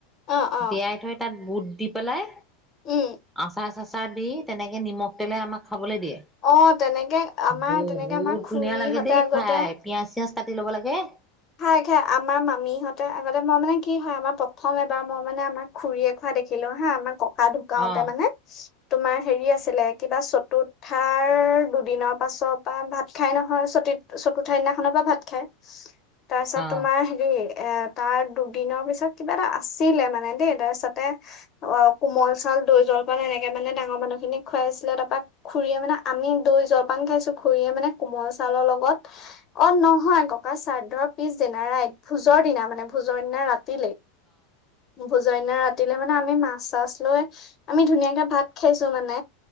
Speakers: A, on the left; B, in the centre.
A: অ অ
B: তিয়াই থৈ তাত বুত দি পেলাই
A: উম
B: আচাৰ চাচাৰ দি তেনেকে নিমখ তেলে আমাক খাবলৈ দিয়ে
A: অ তেনেকে আমাৰ
B: বহুত
A: তেনেকে আমাৰ খুৰীহঁতে
B: ধুনীয়া লাগে দেই
A: আগতে
B: খাই পিয়াজ চিয়াজ কাটি ল'ব লাগে
A: খাই খাই আমাৰ মামীহঁতে আগতে মই মানে কি হয় আমাৰ প্ৰথম এবাৰ মই মানে আমাৰ খুৰীয়ে খোৱা দেখিলো হা আমাৰ ক ককা ঢুকাওতে
B: অ
A: মানে তোমাৰ হেৰি আছিলে কিবা চতুৰ্থাৰ দুদিনৰ পাছৰ পৰা ভাত খাই নহয় চত চতুৰ্থা দিনাখনৰ পৰা ভাত খায় তাৰ পিছত
B: অ
A: তোমাৰ হেৰি এ তাৰ দুদিনৰ পিছত কিবা এটা আছিলে মানে দেই তাৰপিছতে অ কোমল চাউল দৈ জলপান এনেকে মানে ডাঙৰ মানুহ খিনিক খুৱাইছিলে তাৰপৰা খুৰীয়ে মানে আমি দৈ জলপান খাইছো খুৰীয়ে মানে কোমল চাউল লগত অ নহয় ককা শ্ৰাদ্ধৰ পিছদিনা ৰাইত ভোজৰ দিনা মানে ভোজৰ দিনা ৰাতি <unintelligible> জৰ দিনা ৰাতিলৈ মানে আমি মাছ চাছ লৈ আমি ধুনীয়াকে ভাত খাইছো মানে